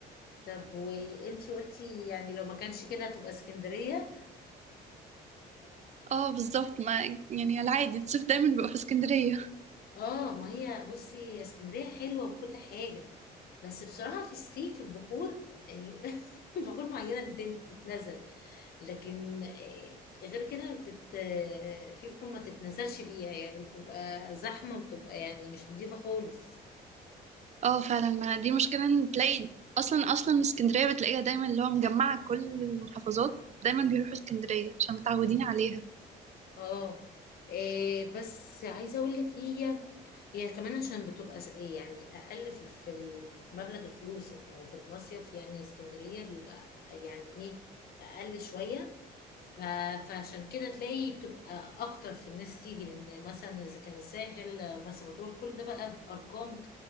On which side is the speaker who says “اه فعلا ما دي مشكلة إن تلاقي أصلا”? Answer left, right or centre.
Right